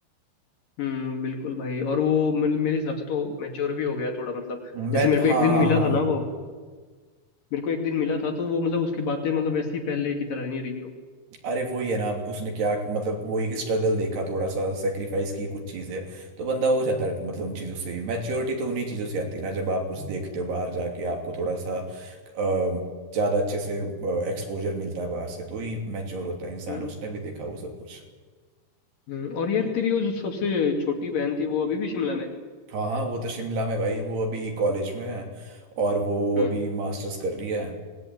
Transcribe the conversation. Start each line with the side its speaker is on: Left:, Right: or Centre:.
Left: हम्म, बिल्कुल भाई और वो मे- मेरे हिसाब से तो मैच्योर भी हो गया थोड़ा मतलब
Right: मैं
Left: जैसे मेरे को
Right: हाँ
Left: एक दिन
Right: हाँ
Left: मिला
Right: हाँ
Left: था
Right: हाँ
Left: ना वो मेरे को एक दिन मिला था तो वो मतलब उसकी बातें मतलब वैसी पहले की तरह नहीं रही हो
Right: अरे वही है ना अब उसने क्या मतलब वही एक स्ट्रगल देखा थोड़ा सा सेक्रीफाइस की कुछ चीजें तो बंदा हो जाता है मतलब उन चीजों से ही मैच्योरिटी तो उन्हीं चीजों से आती है ना जब आप कुछ देखते हो बाहर जाके आपको थोड़ा सा अ, ज्यादा अच्छे से एक्सपोजर मिलता है बाहर से तो ही मैच्योर होता है इंसान
Left: हम्म
Right: उसने भी देखा वो सब कुछ
Left: हम्म और यार तेरी वो जो सबसे छोटी बहन थी वो अभी भी शिमला में है?
Right: हाँ हाँ वो तो शिमला में भाई वो अभी कॉलेज में है और वो
Left: हम्म
Right: अभी मास्टर्स कर रही है